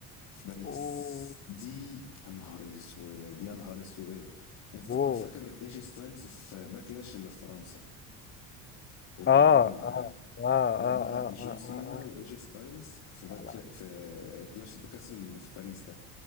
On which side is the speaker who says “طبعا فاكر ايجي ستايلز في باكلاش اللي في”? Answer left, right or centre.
Left